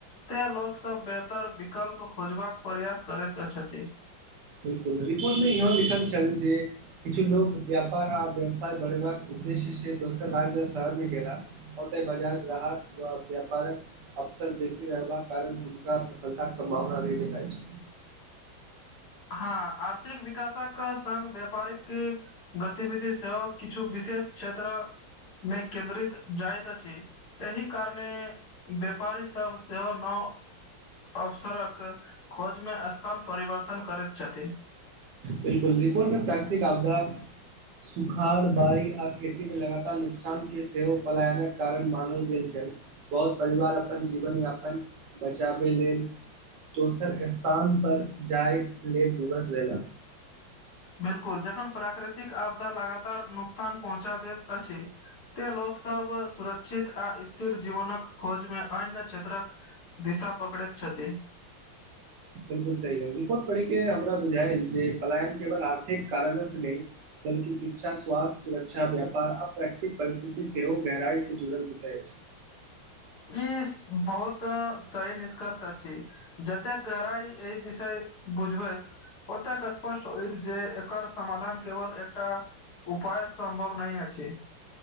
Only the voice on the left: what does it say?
ते लोक सब बेहतर विकल्प खोजबाक प्रयास करैत छथि
हँ आर्थिक विकासक संगङ्ग व्यापारि क गतिविधि सेहो किछु विशेष क्षेत्र मे केन्द्रित जाइत अछि एहि कारणे व्यापारी सब सेहो न अवसरक खोज मे स्थान परिवर्तन करैत छथि
बिलकुल जखन प्राकृतिक आपदा लगातार नुकसान पहुँचा दैत अछि त लोक सब सुरक्षित आ स्थिर जीवनक खोज मे अन्य क्षेत्रक दिशा पकड़ैत छथि
ई बहुत सही निष्कर्ष अछी। जते गरइ ई विषय बुझबै। ओतेक स्पष्ट होइत जे एकर समाधान केवल एकटा। उपाय सम्भव नहि अछी